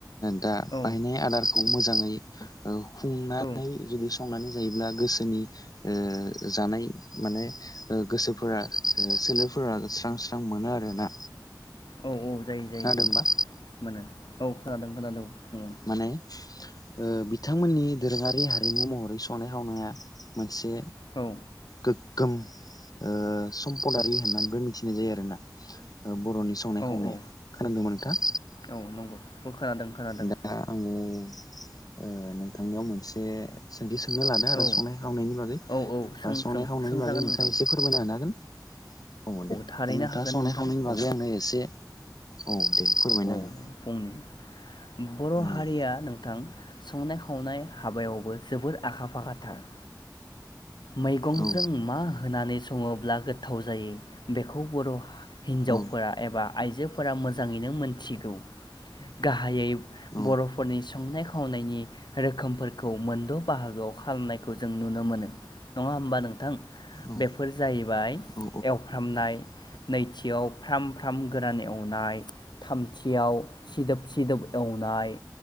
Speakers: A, on the left; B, on the left.
A: दा
B: औ
A: बायनाय आदारखौ मोजाङै औ खुंनानै
B: औ
A: जुदि संनानै जायोब्ला गोसोनि ओ जानाय माने गोसोफोरा सोलेरफोरा स्रां स्रां मोनो आरोना
B: औ औ जायो जायो
A: खोनादोंबा
B: जायो मोनो औ खोनादों खोनादों फुङाव
A: माने ओ बिथांमोननि दोरोङारि हारिमु महरै संनाय खावनाया मोन नसे
B: औ
A: गो गोम ओ सम्पदारि होननानैबो मिथिनाय जायो आरोना। बर'नि संनाय
B: औ
A: खावनाया
B: औ
A: खोनादोंबा नोंथां।
B: औ नंगौ औ खोनादों खोनादों
A: दा आङो ओ नोंथांनियाव मोनसे सोंथि सों सोंनो लादों आरो
B: औ
A: संनाय खावनायनि बागै
B: औ औ सों
A: बा संनाय
B: सों
A: खावनायनि
B: सोंजागोन
A: बागै नोंथाङा
B: नोंथां
A: एसे फोरमायना होनो हागोन? औ दे दा
B: थारैनो
A: नोंथाङा
B: हागोन
A: संनाय
B: नोंथां
A: खावनायनि बागै
B: औ
A: आंनो एसे औ दे फोरमायना
B: औ
A: हो।
B: बुंनि बर' हारिया
A: दे
B: नोंथां संनाय खावनाय हाबायावबो जोबोर आखा फाखा थार। मैगंजों
A: औ
B: मा होनानै सं सङोब्ला गोथाव जायो बेखौ बर' हिन्जावफोरा
A: औ
B: एबा आइजोफोरा मोजाङैनो मोनथिगौ गाहायै
A: औ
B: बर'फोरनि संनाय-खावनाय नि रोखोमफोरखौ मोनद' बाहागोआव खालामनायखौ खौ जों नुनो मोनो। नङा होमबा नोंथां?
A: औ
B: बेफोर जाहैबाय
A: औ
B: एवफ्रामनाय नैथियाव फ्राम फ्राम गोरान एवनाय थामथियाव सिदोब सिदोब एवनाय